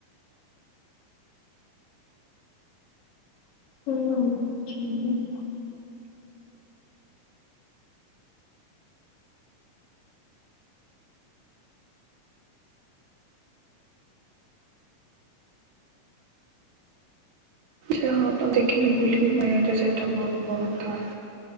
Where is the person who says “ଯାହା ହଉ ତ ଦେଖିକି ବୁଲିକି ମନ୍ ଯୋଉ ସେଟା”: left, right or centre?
Right